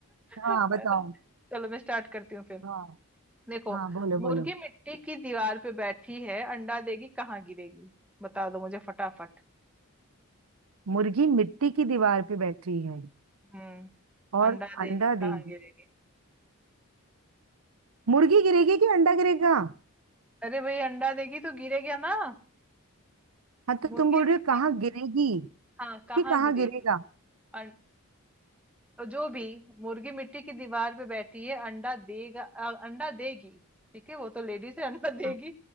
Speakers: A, on the right (about 75°); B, in the centre.
A: हाँ
B: <laughs>
A: बताओ
B: है ना चलो मैं स्टार्ट करती हूँ फिर
A: हाँ
B: देखो
A: हाँ बोलो बोलो
B: मुर्गी मिट्टी की दीवार पे बैठी है अंडा देगी कहाँ गिरेगी बता दो मुझे फटाफट
A: मुर्गी मिट्टी की दीवार पे बैठी है
B: हम्म
A: और
B: अंडा देगी
A: अंडा
B: कहाँ
A: देगी
B: गिरेगी
A: मुर्गी गिरेगी कि अंडा गिरेगा
B: अरे भाई अंडा देगी तो गिरेगा ना
A: हाँ तो
B: मुर्गी
A: तुम बोल रहे
B: मिट्टी
A: हो कहाँ गिरेगी
B: हाँ कहाँ
A: कि कहाँ
B: गिरेगी
A: गिरेगा
B: अं- जो भी मुर्गी मिट्टी की दीवार पे बैठी है अंडा देगा अ, अंडा देगी ठीक है वो तो लेडीज है अंडा देगी
A: हाँ